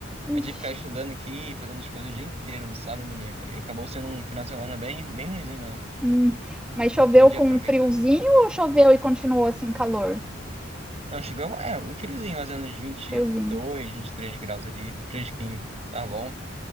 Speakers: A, on the right; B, in the centre.
A: Eu
B: ixi,
A: tive que ficar estudando aqui, fazendo as coisas o dia inteiro, no sábado e no domingo. E acabou sendo um final de semana bem, bem ruimzinho mesmo.
B: hum. Mas choveu
A: Não pude
B: com
A: aproveitar.
B: um friozinho ou choveu e continuou assim calor?
A: Não, chegou um- é, um friozinho, mais ou menos 22,
B: Friozinho.
A: três graus ali, fresquinho, tá bom?